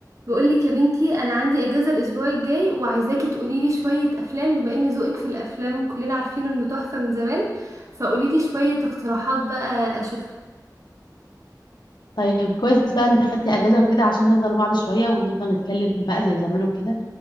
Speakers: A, on the right; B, on the left.
A: بقولك يا بنتي انا عندي اجازه الاسبوع الجاي وعايزاكي تقولي لي شويه افلام بما ان ذوقك في الافلام كلنا عارفين انه تحفه من زمان فقولي لي شويه اقتراحات بقى اشوفها
B: طيب كويس بقى إن انت خدتي اجازه وكده عشان نفضل بعض شويه ونفضل نتكلم بقى زي زمان وكده